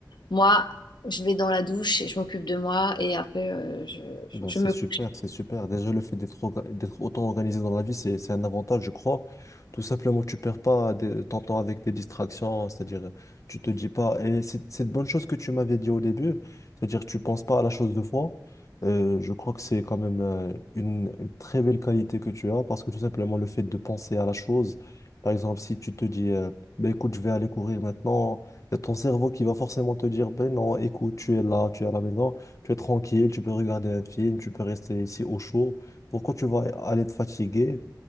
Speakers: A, on the left (about 85°); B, on the left (about 45°).
A: moi, je vais dans la douche et je m'occupe de moi. Et après, euh, je, je-
B: Bah,
A: je
B: c'est
A: me...
B: super, c'est super. Déjà, le fait d'être orga- d'être autant organisé dans la vie, c'est c'est un avantage, je crois. Tout simplement, tu perds pas des- ton temps avec des distractions, c'est-à-dire, tu te dis pas. Et c'est c'est une bonne chose que tu m'avais dit au début, c'est-à-dire, tu penses pas à la chose de fois. Euh, je crois que c'est quand même euh, une, une très belle qualité que tu as, parce que tout simplement, le fait de penser à la chose, par exemple, si tu te dis, euh, Ben, écoute, je vais aller courir maintenant, il y a ton cerveau qui va forcément te dire, ben non, écoute, tu es là, tu es à la maison. Tu es tranquille, tu peux regarder un film, tu peux rester ici au chaud. Pourquoi tu vas aller te fatiguer?